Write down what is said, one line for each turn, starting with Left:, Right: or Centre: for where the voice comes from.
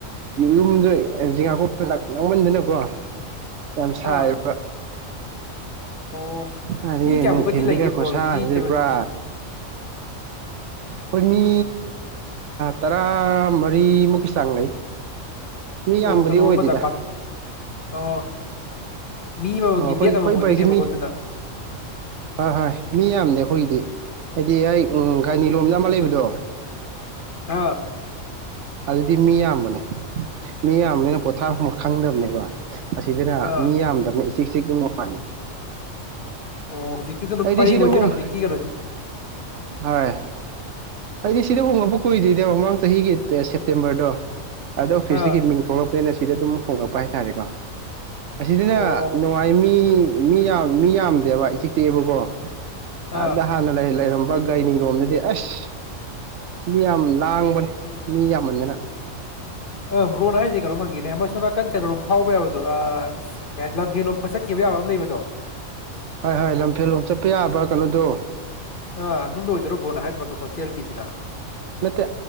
Right: ꯌꯨꯝꯗꯣ ꯖꯒꯥ ꯀꯨꯞꯄ ꯅꯥꯡꯃꯟꯗꯅꯀꯣ ꯌꯥꯝ ꯁꯥꯏꯕ
Left: ꯑꯥ ꯑꯣ
Right: ꯑꯗꯨꯗꯒꯤ
Left: ꯃꯤ ꯀꯌꯥꯃꯨꯛꯀꯗꯤ
Right: ꯅꯨꯡꯊꯤꯟꯁꯤꯒ
Left: ꯂꯩꯒꯦ ꯕ꯭ꯔꯣ
Right: ꯈꯨꯠꯁꯥꯁꯤꯗꯤ
Left: ꯍꯧꯖꯤꯛꯀꯤ ꯀꯩꯅꯣꯁꯦ
Right: ꯄꯨꯔꯥ ꯑꯩꯈꯣꯏ ꯃꯤ ꯇꯔꯥ ꯃꯔꯤꯃꯨꯛꯀꯤ ꯆꯥꯡ ꯂꯩ ꯃꯤ ꯌꯥꯝꯕꯗꯤ
Left: ꯑꯣ ꯀꯩꯅꯣ
Right: ꯑꯣꯏꯗꯦꯗ
Left: ꯑꯃꯗꯀ ꯑꯣ ꯃꯤ ꯑꯃꯃꯝꯒꯤ
Right: ꯑꯣ ꯑꯩꯈꯣꯏ
Left: ꯕꯦꯠ
Right: ꯑꯩꯈꯣꯏ
Left: ꯑꯃꯃꯝ ꯑꯣꯏꯗꯣꯏꯅꯦꯕꯀꯣ
Right: ꯄꯔꯁꯤ ꯃꯤ
Left: ꯑꯗꯨꯅ
Right: ꯍꯣꯏ ꯍꯣꯏ ꯃꯤ ꯌꯥꯝꯗꯦ ꯑꯩꯈ ꯑꯩꯈꯣꯏꯒꯤꯗꯤ ꯍꯥꯏꯗꯤ ꯑꯩ ꯒꯥꯏꯅꯤ ꯂꯣꯝꯅ ꯑꯃ ꯂꯩꯕꯗꯣ ꯑꯗꯨ
Left: ꯑꯥ
Right: ꯑꯗꯨꯗꯤ ꯃꯤ ꯌꯥꯝꯕꯅꯦ ꯃꯤ ꯌꯥꯝꯌꯥꯝꯕꯅꯤꯅ ꯄꯣꯊꯥꯐꯝꯨꯝꯕ ꯈꯪꯗꯕꯅꯦꯕ ꯑꯁꯤꯗꯅ
Left: ꯑꯥ
Right: ꯃꯤꯌꯥꯝꯗꯅ ꯁꯤꯛꯁꯤꯀꯤ ꯋꯥꯟ
Left: ꯑꯣ ꯍꯧꯖꯤꯛꯀꯤꯗꯣ ꯑꯗꯨꯝ
Right: ꯑꯩꯗꯤ
Left: ꯄꯔꯦꯡ
Right: ꯁꯤꯗ
Left: ꯑꯣꯏꯗꯣꯏꯔꯥ
Right: ꯍꯣꯡꯈꯦ
Left: ꯍꯧꯖꯤꯛꯀꯤ ꯀꯩꯅꯣꯁꯦ
Right: ꯍꯣꯏ ꯍꯥꯏꯗꯤ ꯁꯤꯗ ꯍꯣꯡꯉꯛꯄ ꯀꯨꯏꯗꯣꯏꯅꯦꯕ ꯃꯃꯥꯡ ꯆꯍꯤꯒꯤ ꯁꯦꯞꯇꯦꯝꯕꯔꯗꯣ ꯑꯗ ꯑꯣꯐꯤꯁꯇꯒꯤ
Left: ꯑꯥ
Right: ꯃꯤꯡ ꯊꯣꯛꯂꯛꯄꯅꯤꯅ ꯁꯤ ꯁꯤꯗ ꯑꯗꯨꯝ ꯍꯣꯡꯂꯛꯄ ꯍꯥꯏꯇꯥꯔꯦꯀꯣ ꯑꯁꯤꯗꯅ
Left: ꯑꯣ
Right: ꯅꯨꯡꯉꯥꯏ ꯃꯤ ꯃꯤ ꯌꯥꯝ ꯃꯤ ꯌꯥꯝꯗꯦꯕ ꯏꯊꯤꯛꯇꯤꯑꯦꯕꯀꯣ
Left: ꯑꯥ
Right: ꯑꯗ ꯍꯥꯅꯂ ꯏꯂꯔ ꯃꯥ ꯒꯥꯏꯅꯤ ꯂꯣꯝꯅꯗꯤ ꯑꯁ ꯃꯤ ꯌꯥꯝ ꯂꯥꯡꯕꯅꯦ ꯃꯤ ꯌꯥꯝꯃꯟꯗꯅ
Left: ꯑ ꯕ꯭ꯔꯣꯟ ꯍꯥꯏꯁꯦ ꯀꯩꯅꯣꯝ ꯐꯪꯈꯤꯅꯦ ꯑꯃꯁꯨꯡ ꯅꯥꯀꯟ ꯀꯩꯅꯔꯣꯝ ꯐꯥꯎꯕ ꯌꯥꯕꯗꯣ ꯀꯩ ꯍꯥꯏ ꯂꯝꯐꯦꯜꯂꯣꯝ ꯐ ꯆꯠꯈꯤꯕ ꯌꯥꯕ ꯑꯃ ꯂꯩꯕꯗꯣ
Right: ꯍꯣꯏ ꯍꯣꯏ ꯂꯝꯐꯦꯜꯂꯣꯝ ꯆꯠꯄ ꯌꯥꯕ꯭ꯔ ꯀꯩꯅꯣꯗꯣ
Left: ꯑ ꯑꯝꯗ ꯑꯣꯏꯗꯧꯔꯕ꯭ꯔꯣꯅ ꯍꯥꯏꯕ ꯍꯣꯁꯇꯦꯜꯒꯤꯁꯤꯅ
Right: ꯅꯠꯇꯦ